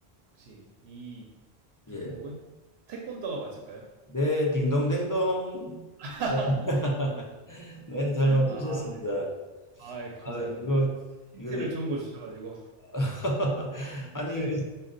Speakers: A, on the right (about 80°); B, on the left (about 25°).
A: 혹시 이
B: 예.
A: 종목은 태권도가 맞을까요?
B: 네, 딩동댕동.
A: <laughs>
B: <laughs>
A: 아 네.
B: 네, 잘 맞추셨습니다.
A: 아 네. 아 예 감사합니다.
B: 아, 이거
A: 힌트를
B: 이거
A: 좋은 걸 주셔 가지고.
B: <laughs> 아니 이거
A: 네.